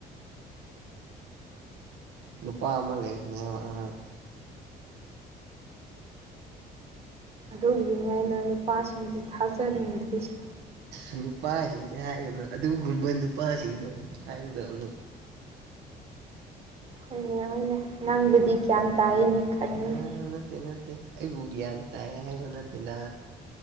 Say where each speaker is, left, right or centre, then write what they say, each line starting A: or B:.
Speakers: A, on the right; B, on the right.
A: ꯅꯨꯄꯥ ꯑꯃ ꯂꯩꯕꯅꯦꯕ ꯑꯉꯥꯡ
B: ꯑꯗꯨꯒꯤꯅꯤ ꯑꯩꯅ ꯅꯨꯄꯥꯁꯤꯡꯁꯤ ꯊꯥꯖꯅꯤꯡꯗ꯭ꯔꯤꯁꯦ
A: ꯏ ꯅꯨꯄꯥꯁꯤꯡꯁꯦ ꯍꯥꯏꯒꯅꯨ ꯑꯗꯨꯒꯨꯝꯕ ꯅꯨꯄꯥꯁꯤꯡꯗꯣ ꯍꯥꯏꯒꯗꯧꯅꯦ
B: ꯍꯣꯏꯅꯦ ꯍꯣꯏꯅꯦ ꯅꯪꯕꯨꯗꯤ ꯒ꯭ꯌꯥꯟ ꯇꯥꯏꯅꯦ ꯈꯪꯉꯤꯅꯦ
A: ꯑ ꯅꯠꯇꯦ ꯅꯠꯇꯦ ꯑꯩꯕꯨ ꯒ꯭ꯌꯥꯟ ꯇꯥꯏ ꯍꯥꯏꯕ ꯅꯠꯇꯦꯅ